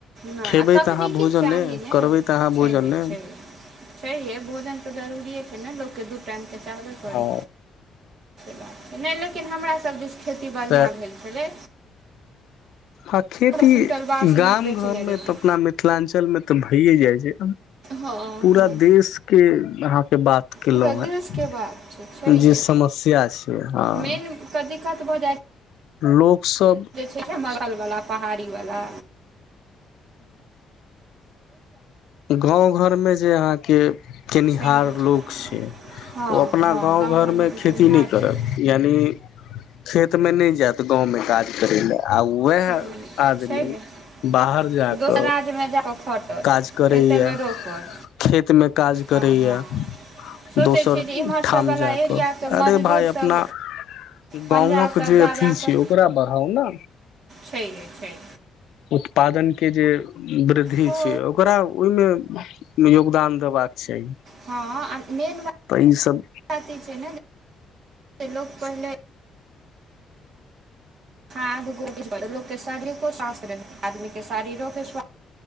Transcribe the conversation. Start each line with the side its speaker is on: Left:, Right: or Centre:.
Right: नहि
Left: खेबै
Right: आ तकनीकी
Left: तऽ अहाँ भोजन
Right: चाही
Left: नहि
Right: ने
Left: करबै तऽ अहाँ
Right: छैहे
Left: भोजन नहि
Right: छैहे छैहे भोजन तऽ जरूरिये छै ने लोककेँ दू टाइम के चाहबे करी
Left: आ
Right: बात नहि लेकिन हमरासभ जे खेती बढ़िआँ
Left: तऽ
Right: भेल छेलै
Left: आ खेती
Right: क्विंटल बासमत
Left: गाम
Right: बेचने
Left: घर मे
Right: रहियै
Left: तऽ अपना मिथिलांचल मे तऽ भइये जाइ छै
Right: हँ
Left: पूरा
Right: हँ
Left: देश के अहाँके बात केलहु
Right: पूरा देशके
Left: हें
Right: बात छै छैहे
Left: जे समस्या छै हँ
Right: मेनके दिक्कत भऽ
Left: लोकसभ
Right: पहाड़ी बला
Left: गाँव घर मे जे अहाँके केनिहार
Right: छै छैहे
Left: लोक छै
Right: हँ
Left: ओ अपना
Right: हँ
Left: गाँव घरमे
Right: खेतिहर
Left: खेती नहि
Right: छै
Left: करत यानि खेतमे नहि जेत गाँवमे काज करै लए आ वएह
Right: खेतमे नहि
Left: आदमी
Right: छै गे
Left: बाहर जाकऽ
Right: दोसर राज्यमे जा कऽ खटत
Left: काज खेत
Right: खेतेमे रोपत
Left: मे काज करैये
Right: हँ हँ सोचै
Left: दोसर
Right: छियै जे इम्हर
Left: ठाम
Right: सभवला
Left: जा
Right: एरियाके
Left: कऽ अरे
Right: मजदूरसभ
Left: भाय अपना
Right: पंजाबसभ
Left: गाँवक जे
Right: जा
Left: अथी
Right: जा
Left: छै
Right: कऽ
Left: ओकरा बढ़ाउ ने
Right: छैहे छैहे
Left: उत्पादन के जे वृद्धि
Right: हो
Left: छै ओ ओकरा ओहिमे योगदान देबाक चाही
Right: हँ आ मेन बात
Left: त ई सब
Right: बात ई छै <unintelligible> ने जे लोक पहिले हाथ गोभी <unintelligible> के शरीर को स्वस्वास्थ्य रहै आदमी के शरीरो के स्वासथ